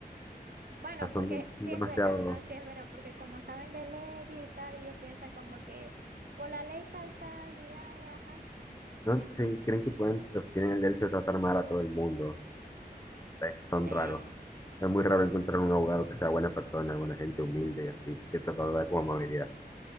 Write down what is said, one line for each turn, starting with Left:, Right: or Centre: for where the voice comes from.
Right: Bueno,
Left: sea, son,
Right: porque
Left: de-
Right: sí
Left: son demasiado
Right: es verdad, no, sí es verdad, porque como saben de leyes y tal, ellos piensan como que por la ley tal, tal, y ay, ajá.
Left: No sé, creen que pueden, los- tienen el derecho de tratar mal a todo el mundo. No sé, son
Right: Sí,
Left: raros. Es muy raro encontrar un abogado que sea buena persona, buena gente humilde y así, que trata de dar como amabilidad.